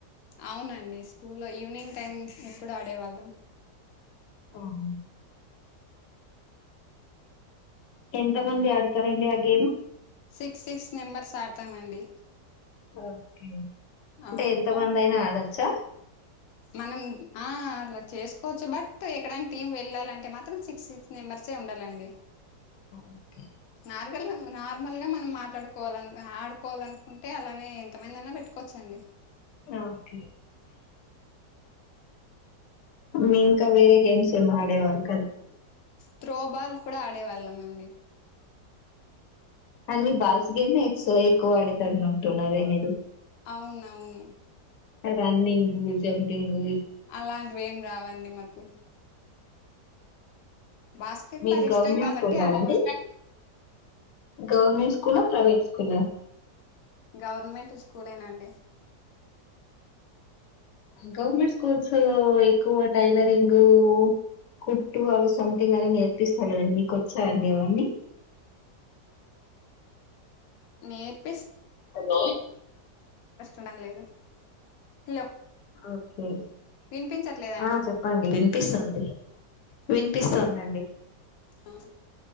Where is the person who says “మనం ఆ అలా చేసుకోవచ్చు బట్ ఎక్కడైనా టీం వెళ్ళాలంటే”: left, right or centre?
Left